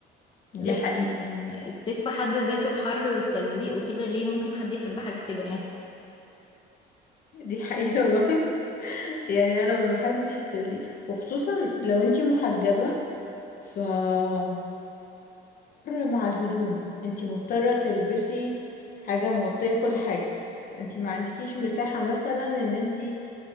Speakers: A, on the left; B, on the left.
A: دي
B: لكن
A: حقيقة
B: آه، الصيف في حد ذاته الحر والتلزيق وكده ليه ممكن حد يحب حاجة كده يعني
A: دي حقيقة <laughs> برضه يعني انا ما بحبش التلزيق وخصوصا لو انت محجبة فالحر مع الهدوم انتي مضطرة تلبسي حاجة مغطية كل حاجة فانتي ما عندكيش مساحة مثلا ان انتي